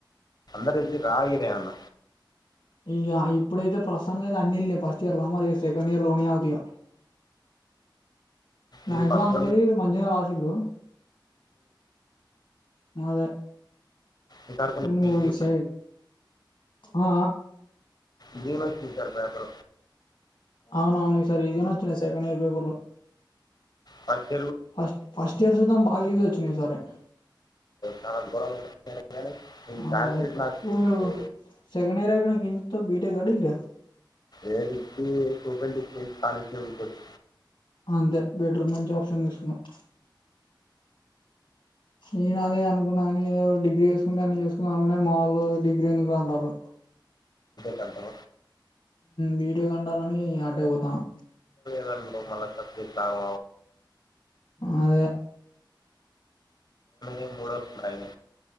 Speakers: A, on the left (about 55°); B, on the left (about 80°).
A: అందరు వెళ్ళి రా ఇయరే అన్న
B: ఇక ఇప్పుడైతే ప్రస్తునికి అయితే అన్ని వెళ్యి ఫస్ట్ ఇయర్ లో మరిక సెకండ్ ఇయర్ లోనే అవుతయో మ్యాక్జ
A: ఈ పప్పు
B: అందరి మంచిగానే రాసిళ్లు అదే
A: ఈసారి కొన్ని
B: నును
A: ఈజీ
B: విషై ఆ
A: ఇీమచ్చతారు పపుర
B: అవున అవును వి సార్ ఇదినా వచ్చ సెకండ్ ఇయర్ పేపుర్లో
A: పచ్చ
B: ఫస్ట్ ఫస్ట్ ఇయర్ సైతం బాగా ఈజ్ వచ్చినాయి ఈసారి
A: చాలా దూరంగా వచ్చింది కానీ ఈ
B: అద
A: క్యాల్కులేట్ నాకు
B: ఇప్పుడు మీరు సెకండ్ ఇయర్ అయిపోయినాకా ఏం చేస్తావ్ బి టెక్ ఆ డిగ్రీ ఆ
A: ఏ డిగ్రీ కూపె డిగ్రీ కానిస్టేబుల్ కొచ్చ
B: అంతే బెటరూ మంచి ఆప్షన్ తీసుకున్నావు నేన అదే అనుకున్నాని డిగ్రీ వేసుకుంటే అని చేసుకున్నా అనుకుంటే మాళ్ళు డిగ్రీ ఎందుకు రా అంటాలు
A: కంటమ
B: వీటే కండాలని అడ్డేపోతాను
A: ర మ స్య వ
B: అదే
A: ఇ మూడు వర్షంయిన